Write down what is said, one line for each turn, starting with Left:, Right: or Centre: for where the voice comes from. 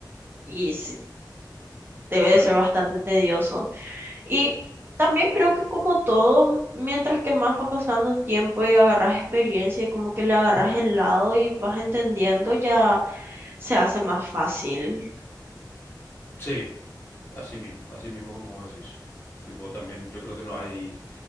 Right: y sí, debe
Left: Claro.
Right: de ser bastante tedioso. Y también creo que como todo, mientras que más va pasando el tiempo y agarras experiencia y como que le agarras el lado y vas entendiendo, ya se hace más fácil
Left: Sí, así mismo, así mismo como decís. Tipo, también yo creo que no hay,